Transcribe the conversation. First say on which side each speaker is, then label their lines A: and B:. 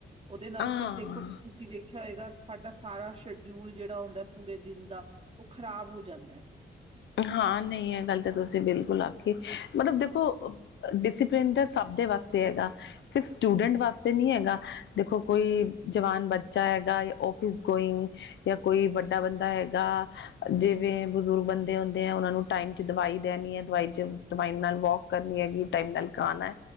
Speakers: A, on the right (about 30°); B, on the left (about 90°).
A: ਓਦੇ ਨਾਲ
B: ਹਾਂ
A: ਫਿਰ ਦੇਖੋ ਤੁਸੀ ਵੇਖਿਆ ਹੋਏਗਾ ਸਾਡਾ ਸਾਰਾ ਸ਼ਡਿਊਲ ਜੇੜਾ ਹੁੰਦੈ ਪੂਰੇ ਦਿਨ ਦਾ ਓ ਖਰਾਬ ਹੋ ਜਾਂਦੈ।
B: ਹਾਂ ਨਈ ਐ ਗੱਲ ਤਾ ਤੁਸੀ ਬਿਲਕੁਲ ਆਖੀ ਮਤਲਬ ਦੇਖੋ ਡਿਸਿਪਲਿਨ ਤਾ ਸਬ ਦੇ ਵਾਸਤੇ ਹੇਗਾ। ਸਿਰਫ ਸਟੂਡੈਂਟ ਵਾਸਤੇ ਨੀ ਹੈਗਾ। ਦੇਖੋ ਕੋਈ ਜਵਾਨ ਬੱਚਾ ਹੈਗਾ, ਔਫਿਸ ਗੋਇੰਗ ਯਾ ਕੋਈ ਵੱਡਾ ਬੰਦਾ ਹੈਗਾ ਜਿਵੇਂ ਬਜ਼ੁਰਗ ਬੰਦ ਦੇ ਹੁੰਦੇ ਐ ਉਨਾਂ ਨੂੰ ਟਾਈਮ 'ਚ ਦਵਾਈ ਦੇਨੀ ਐ ਦਵਾਈ 'ਚ ਦਵਾਈ ਨਾਲ ਵੋਕ ਕਰਨੀ ਹੈਗੀ ਟਾਈਮ ਨਾਲ ਖਾਨੈ